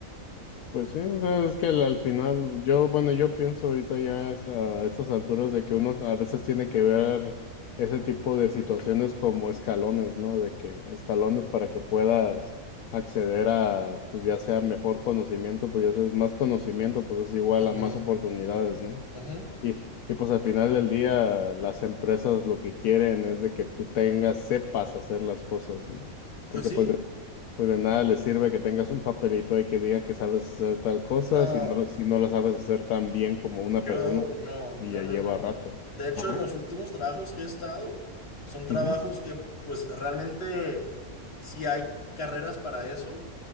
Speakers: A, on the left; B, on the left.
A: Pues sí, o sea, es que al al final, yo, bueno, yo pienso ahorita ya es a estas alturas de que uno a veces tiene que ver ese tipo de situaciones como escalones, ¿no? De que escalones para que puedas acceder a, pues ya sea mejor conocimiento, pues ya sea más conocimiento, pues es igual
B: Ajá,
A: a más oportunidades, ¿no?
B: ajá.
A: Y, y pues al final del día las empresas lo que quieren es de que tú tengas, sepas hacer las cosas, ¿no?
B: Pues
A: Porque
B: sí,
A: pues de, pues de nada les sirve que tengas un papelito ahí que diga que sabes hacer tal cosa
B: no,
A: si no, lo- si no la sabes hacer tan bien como una
B: yo
A: persona que
B: no,
A: que
B: no,
A: ya
B: no,
A: lleva
B: no.
A: rato.
B: De hecho,
A: Ajá.
B: en los últimos trabajos que he estado, son trabajos
A: Ujú,
B: que, pues realmente sí hay carreras para eso,